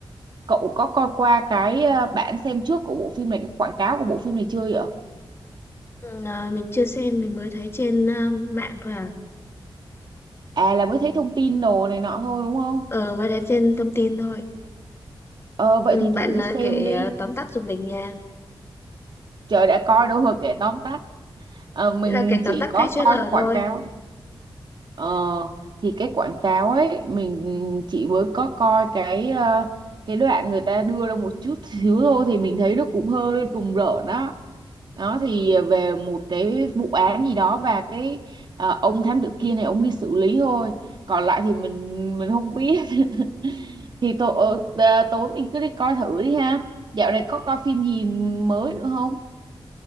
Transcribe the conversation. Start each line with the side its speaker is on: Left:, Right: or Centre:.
Right: cậu có coi qua cái ờ, bản xem trước của bộ phim này, cái quảng cáo của bộ phim này chưa vậy?
Left: Ừ, à, mình chưa xem, mình mới thấy trên à, mạng thôi à.
Right: À là mới thấy thông tin đồ này nọ thôi đúng không?
Left: Ờ, mới thấy trên thông tin thôi.
Right: Ờ, vậy
Left: Ừ,
Right: thì thử
Left: bạn
Right: đi
Left: à,
Right: xem
Left: kể
Right: đi.
Left: à, tóm tắt giùm mình nha.
Right: Trời đã coi đâu mà kể tóm tắt. Ờ, mình
Left: Nghĩa là kể tóm
Right: chỉ
Left: tắt
Right: có
Left: cái trailer
Right: coi
Left: thôi.
Right: quảng cáo Ờ, thì cái quảng cáo ấy mình chỉ mới có coi cái ờ, cái đoạn người ta đưa ra một chút <laughs> xíu thôi thì mình thấy nó cũng hơi rùng rợn đó đó thì về một cái vụ án gì đó và cái ờ, ông thám tử kia này ông đi xử lý thôi còn lại thì mình mình không biết <laughs> thì tối ờ, tối mình cứ đi coi thử đi ha dạo này có coi phim gì mới nữa không